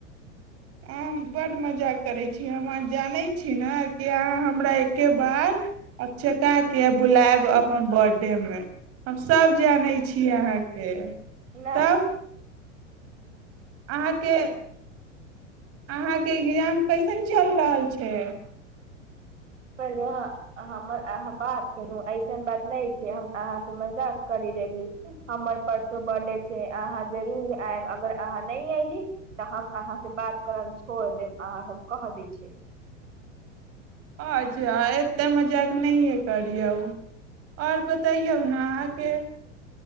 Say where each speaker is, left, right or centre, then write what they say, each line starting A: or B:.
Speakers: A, on the right; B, on the right.
A: अह बड्ड मजा करैत छी हम अहाँ जानैत छी ने कि अहाँ हमरा एक्े बार अचकाके बुलायब अपन बर्थडेमे हमसभ जानैत छी अहाँके
B: नहि
A: तब अहाँके अहाँके एग्जाम कैसन चलि रहल छै
B: परल अहाँ बात करूऐ एसन बात नहि छै हम अहाँसँ मजाक करी देली हमर परसो बर्डे छै अहाँ जरूर आयब अगर अहाँ नहि अली तऽ हम अहाँ से बात करब छोड़ देब अहाँ हम कह दै छी
A: अच्छा एतेक मजाक नहियए करियौ आओर बताइयए उ आहाँ क